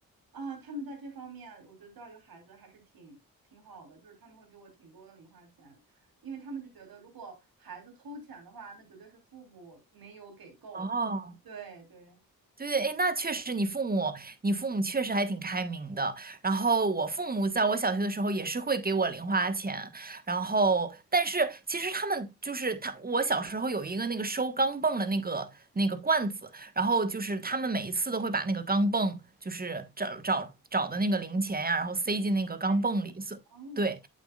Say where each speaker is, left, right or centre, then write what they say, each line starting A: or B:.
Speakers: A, on the right; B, on the right.
A: 啊，他们在这方面，我觉得教育孩子还是挺挺好的，就是他们会给我挺多的零花钱，因为他们就觉得如果孩子偷钱的话，那绝对是父母没有给够。
B: 哦，
A: 对对，
B: 对，对，哎，那确实，你父母，你父母确实还挺开明的。然后我父母在我小学的时候也是会给我零花钱，然后但是其实他们就是他，我小时候有一个那个收钢镚儿的那个那个罐子，然后就是他们每一次都会把那个钢镚，就是找找找的那个零钱呀，然后塞进那个钢镚里，
A: 哎，你
B: 所对，
A: 哦，